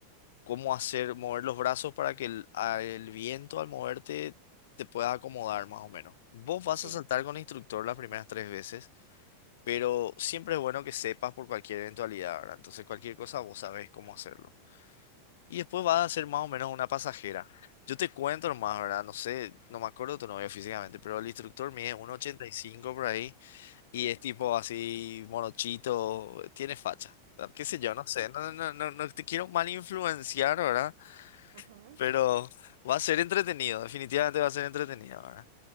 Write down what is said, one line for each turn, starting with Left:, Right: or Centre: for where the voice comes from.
Left: cómo hacer mover los brazos para que el, a- el viento al moverte te pueda acomodar más o menos. Vos vas
Right: sí.
Left: a saltar con el instructor las primeras tres veces, pero siempre es bueno que sepas por cualquier eventualidad, ¿verdad? Entonces cualquier cosa vos sabés cómo hacerlo. Y después va a ser más o menos una pasajera. Yo te cuento nomás, ¿verdad? No sé, no me acuerdo tu novio físicamente, pero el instructor mide uno ochenta y cinco por ahí y
Right: <laughs>
Left: es tipo así morochito, tiene facha. O sea, Qué sé yo, no sé, no, no, no, no no te quiero mal influenciar, ¿verdad?
Right: Ajá,
Left: Pero va a ser entretenido, definitivamente va a ser entretenido, ¿verdad?